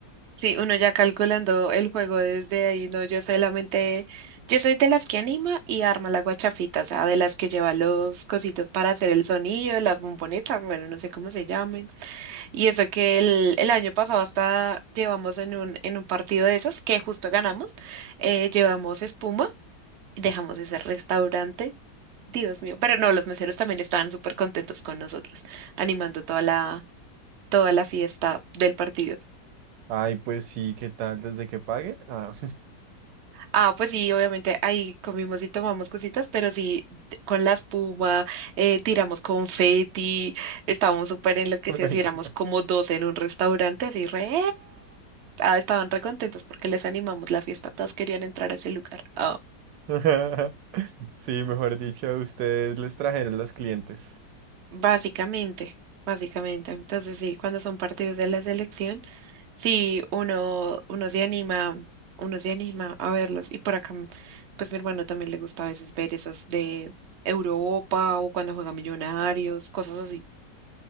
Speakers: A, on the right; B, on the right.
A: Sí, uno ya calculando el juego desde ahí, no, yo solamente, yo soy de las que anima y arma la guachafita, o sea, de las que lleva los cositos para hacer el sonido, las bombonetas, bueno, no sé cómo se llamen. Y eso que el, el año pasado hasta llevamos en un, en un partido de esos que justo ganamos, eh, llevamos espuma y dejamos ese restaurante, Dios mío, pero no, los meseros también estaban súper contentos con nosotros, animando toda la, toda la fiesta del partido.
B: Ay, pues sí, ¿qué tal desde que paguen? Ah.
A: Ah, pues sí, obviamente ahí comimos y tomamos cositas, pero sí, t- con la espuma, eh, tiramos confeti, estábamos súper enloquecidos
B: <laughs> Uy.
A: y éramos como 12 en un restaurante, así re... Ah, estaban re contentos porque les animamos la fiesta, todos querían entrar a ese lugar. Ah,
B: <laughs> Sí, mejor dicho, ustedes les trajeron los clientes.
A: básicamente, básicamente. Entonces sí, cuando son partidos de la selección. Sí, uno, uno se anima, uno se anima a verlos. Y por acá, pues mi hermano también le gusta a veces ver esas de Europa o cuando juega Millonarios, cosas así.